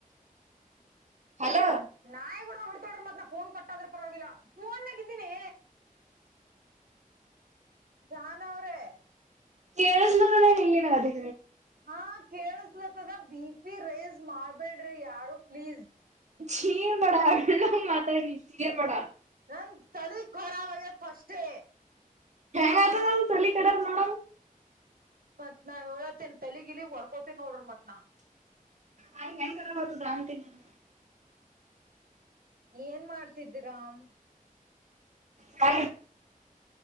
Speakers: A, on the right; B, on the right.
A: ಹಲೋ
B: ನಾಯಿಗೆ ಹೊಡೆದಂಗ್ ಹೊಡಿತೀನಿ ನೋಡ್ರಿ ಮತ್ತೆ ಫೋನ್ ಕಟ್ ಆದ್ರೂ ಪರವಾಗಿಲ್ಲ ನಾಗಿದ್ದೀನಿ ಸಹನ ಅವ್ರೆ
A: ಕೇಳಿಸ್ದದ್ದ ಇಲನಿನಗೆ ಅದೇಳು
B: ಹಾ ಕೇಳಸ್ಲತ್ತದ ಬಿ ಪಿ ರೇಸ್ ಮಾಡ್ಬೇಡ್ರಿ ಯಾರು ಪ್ಲೀಸ್
A: ಚೀರ್ ಬಡ ಮೆಲ್ಲಗೆ ಮಾತಾಡ್ನಿ ಚೀರ್ ಬಡ
B: ನನ್ನ ತಲೆ ಕರಾಬ್ಆಗೈತ್ ಫಸ್ಟೇ
A: ಹಗೆ ತಲೆ ಕೆಡೋದು
B: ಮತ್ ನಾ ಹೇಳತೇನ್ ತಲಗ್ಗಿಲಿಗ್ ಹುಡುಕೋತೀನಿ ನೋಡ್ರಿ ಮತ್ ನ
A: ಹಾಗ ಹೆಂತರ ಬತದ ಅಂತೀನಿ ನ
B: ಏನ್ ಮಾಡ್ತಿದ್ದಿರಾಮ
A: ಹ